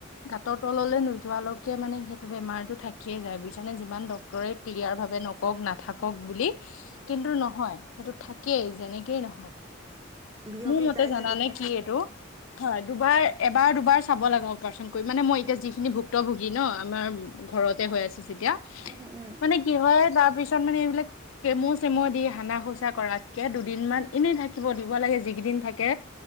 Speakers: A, on the left; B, on the right.
A: গাতৰ তললৈ নোয- যোৱালৈকে মানে সেইটো বেমাৰতো থাকিয়ে যায়, বুজিছানে, যিমান ডক্তৰে ক্লিয়াৰ ভাৱে নকওঁক। কওক না থাকক বুলি কিন্তু নহয় সেইটো থাকেই যেনেকৈ নহওক।
B: বিয়পি
A: মোৰ মতে
B: যাই
A: জানানে
B: যে তেতিয়া
A: কি এইটো, হয় দুবাৰ এবাৰ দুবাৰ চাব লাগে। পাৰচন কৰি মানে মই এতিয়া যিখিনি ভুক্তভোগী ন আমাৰ ঘৰতে হৈ আছে যেতিয়া
B: উম উম
A: মানে কি হয় তাৰ পিছত মানে এইবিলাক কেমু চেমু দি হানা খোচাক কৰাতকে দুদিনমান এনেই থাকিব দিব লাগে, যিকেইদিন থাকে।